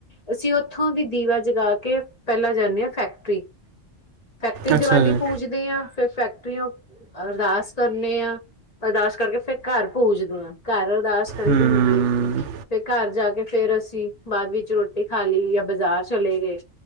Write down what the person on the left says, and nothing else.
ਅਸੀ ਓਥੋਂ ਦੀ ਦੀਵਾ ਜਗਾ ਕੇ ਪੈਲਾਂ ਜਾਨੇ ਆਂ ਫੈਕਟਰੀ ਫੈਕਟਰੀ
ਦਵਾਲੀ
ਪੂਜਦੇ ਆਂ, ਫੇਰ ਫੈਕਟਰੀਯੋ ਅਰਦਾਸ ਕਰਨੇ ਆਂ- ਅਰਦਾਸ ਕਰਕੇ ਫੇਰ ਘਾਰ ਪੂਜਦੇ ਆਂ, ਘਾਰ ਅਰਦਾਸ ਕਰੀ
ਦੀ ਹੁੰਦੀ ਏ, ਫੇਰ ਘਾਰ ਜਾ ਕੇ ਫੇਰ ਅਸੀ ਬਾਦ ਵਿੱਚ ਰੋਟੀ ਖਾ ਲੀ ਯਾ ਬਾਜ਼ਾਰ ਚਲੇ ਗਏ।